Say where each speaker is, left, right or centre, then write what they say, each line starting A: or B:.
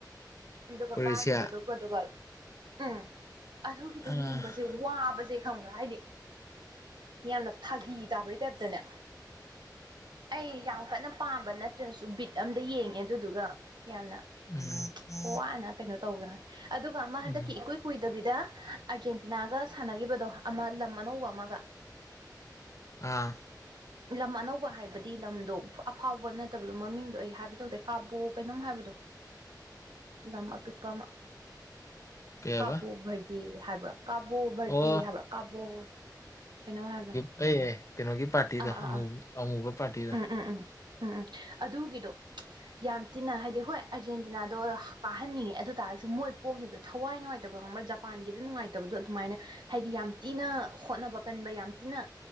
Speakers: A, on the right; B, on the left.
A: ꯑꯗꯨꯒ
B: ꯀ꯭ꯔꯣꯑꯦꯁꯤꯌꯥ
A: ꯀꯥꯈꯤꯕꯗꯨꯧꯕ ꯑꯗꯨꯒ ꯎꯝ ꯑꯗꯨꯒꯤꯗꯣ
B: ꯑꯥ
A: ꯌꯦꯡꯕꯁꯦ ꯋꯥꯕꯁꯦ ꯈꯪꯕ꯭ꯔꯥ ꯍꯥꯏꯗꯤ ꯌꯥꯝꯅ ꯐꯥꯒꯤ ꯇꯥꯕꯩ ꯇꯥꯏꯞꯇꯅꯦ ꯑꯩ ꯌꯥꯝ ꯀꯟꯅ ꯄꯥꯝꯕ ꯅꯠꯇ꯭ꯔꯁꯨ ꯕꯤꯠ ꯑꯝꯗ ꯌꯦꯡꯉꯦ ꯑꯗꯨꯗꯨꯒ ꯀꯌꯥꯝꯅ
B: ꯎꯝ
A: ꯑꯣ ꯋꯥꯅ ꯀꯩꯅꯣ ꯇꯧꯒꯦꯅꯦ ꯑꯗꯨꯒ ꯃꯥ ꯍꯟꯗꯛꯀꯤ
B: ꯎꯝ
A: ꯏꯀꯨꯏ ꯀꯨꯏꯗꯕꯤꯗ ꯑꯥꯔꯖꯦꯟꯇꯤꯅꯥꯒ ꯁꯥꯟꯅꯈꯤꯕꯗ ꯑꯗꯣ ꯑꯃ ꯂꯝ ꯑꯅꯧꯕ ꯑꯃꯒ
B: ꯑꯥ
A: ꯂꯝ ꯑꯅꯧꯕ ꯍꯥꯏꯕꯗꯤ ꯂꯝꯗꯣ ꯑꯐꯥꯎꯕ ꯅꯠꯇꯕꯗꯣ ꯃꯃꯤꯡꯗꯣ ꯑꯩ ꯍꯥꯏꯕ ꯇꯧꯗꯦ ꯀꯥꯕꯣ ꯀꯩꯅꯣꯝ ꯍꯥꯏꯕꯗꯣ ꯂꯝꯃ ꯑꯄꯤꯛꯄ ꯑꯃ
B: ꯀꯩꯕ
A: ꯀꯥꯞꯄꯨꯈꯔꯗꯤ ꯍꯥꯏꯕ꯭ꯔꯥ ꯀꯥꯕꯣ ꯕꯔꯇꯦ
B: ꯑꯣ
A: ꯍꯥꯏꯕꯥ ꯀꯥꯕꯣ ꯀꯩꯅꯣ ꯍꯥꯏꯕꯗꯣ
B: ꯑꯩ ꯀꯩꯅꯣꯒꯤ ꯄꯥꯔꯇꯤꯗꯣ
A: ꯑꯥ ꯑꯥ ꯑꯥ
B: ꯑꯃꯨꯕ ꯄꯥꯔꯇꯤꯗꯣ
A: ꯎꯝ ꯎꯝ ꯎꯝ ꯎꯝ ꯑꯗꯨꯒꯤꯗꯣ ꯌꯥꯝ ꯊꯤꯟꯅ ꯍꯥꯏꯗꯤ ꯍꯣꯏ ꯑꯔꯖꯦꯟꯇꯤꯅꯥꯗꯣ ꯀꯥꯍꯟꯅꯤꯡꯉꯦ ꯑꯗꯨ ꯇꯥꯔꯁꯨ ꯃꯣꯏ ꯄꯣꯛꯈꯤꯕꯗꯣ ꯊꯋꯥꯏ ꯅꯨꯡꯉꯥꯏꯇꯕ ꯈ꯭ꯔ ꯖꯄꯥꯟꯒꯤꯗ ꯅꯨꯡꯉꯥꯏꯇꯕꯗꯣ ꯑꯗꯨꯃꯥꯏꯅ ꯍꯥꯏꯗꯤ ꯌꯥꯝ ꯊꯤꯅ ꯍꯣꯠꯅꯕ ꯀꯟꯕ ꯌꯥꯝ ꯊꯤꯅ